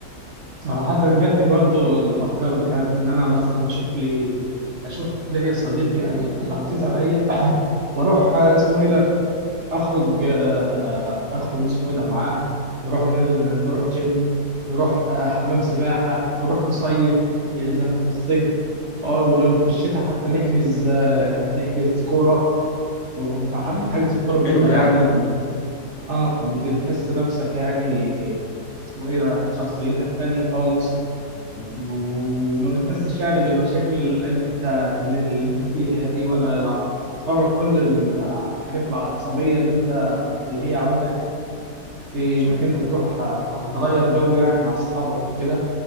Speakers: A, on the right; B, on the left.
A: صراحة جاتني برضو الأفكار بتاعت إن أنا مثلا أشوف لي أشوف لي صديق يعني العزيز عليا وأروح آه، اسمه إيه ده أخرج آه، أخرج اسمه إيه ده معاه نروح نل... نروح جيم نروح آه، حمام سباحة نروح نصيف إذا إحنا في الصيف أه ولو في الشتاء حتى نحجز آه، نحجز كورة و- فحتى
B: مم.
A: حجز الكورة بيبقى
B: حلو ده
A: يعني
B: يا عم
A: أه بتحس نفسك يعني اسمه إيه ده شخصيتك تانية خالص
B: مم.
A: و- وما بتحسش يعني بالمشاكل اللي انت اللي, اللي انت فيها دي ولا لا بتفرغ كل الم- الحاجات العصبية اللي انت اللي هي عندك في
B: صح
A: انك انت تروح ت- تغير جو يعني مع اصحابك وكده